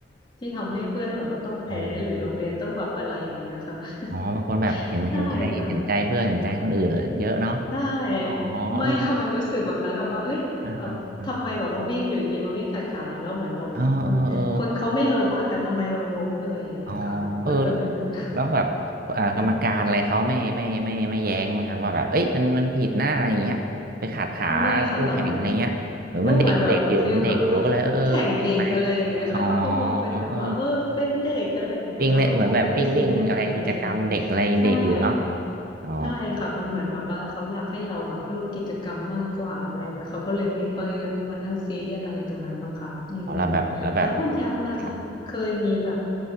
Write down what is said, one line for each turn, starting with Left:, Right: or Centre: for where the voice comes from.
Left: ที่ทำให้เพื่อนแบบว่าต้องแพ้หรือโรงเรียนต้องแบบอะไรอย่างเงี้ยค่ะ
Right: โอ้โหอ๋อเป็นคนแบบเห็นเห็นใจเห็นใจเพื่อนเห็นใจคนอื่นเยอะเนาะ
Left: <laughs> ใช่ค่ะ ใช่ไม่ค่ะมันรู้สึกแบบนั้นแบบว่าเอ้ยแบบทำไมแบบมาวิ่งอยู่ดีๆมาวิ่งขัดขาเราแล้วเหมือนเราแบบเออคนเขาไม่ล้มอ่ะแต่ทำไมเราล้มอะไรอย่างเงี้ยค่ะแบบมันก็เลยเป็น
Right: อ๋อเอออ่าอ่าอ่าอ๋อเออเออ อ๋อเออแล้วแบบเอ่อกรรมการอะไรเขาไม่ไม่ไม่ไม่แย้งไหมครับว่าแบบเอ้ยมันมันผิดหน้าอะไรอย่างเงี้ยไปขัดขาคู่แข่งอะไรเงี้ยหรือมันเด็กเด็กอยู่มันเด็กอยู่ก็เลยเออเออแข่งไป
Left: <laughs> ไม่ค่ะก็เหมือนก็เหมือนแบบฟิลแบบว่าแข่งเด็กอะไรอย่างเงี้ยค่ะเขาก็มองเป็นแบบว่าเออเป็นเด็กอะไรอย่างเงี้ยเขาก็คงไม่ได้ซีเรียสอะไร
Right: อ๋อเออวิ่งเล่นเหมือนแบบวิ่งวิ่งอะไรกิจกรรมเด็กอะไรเด็กอยู่เนาะ
Left: ใช่
Right: อ๋อ
Left: ใช่ค่ะมันเหมือนแบบว่าเขาอยากให้เราแบบร่วมกิจกรรมมากกว่าอะไรเงี้ยเขาก็เลยไม่ค่อยแบบมานั่งซีเรียสอะไรตรงนั้นบ้างค่ะอืม
Right: อ๋ออ๋อแล้วแบบแล้วแบบ
Left: แล้วคุณแชมป์ล่ะคะเคยมีแบบ
Right: ครับ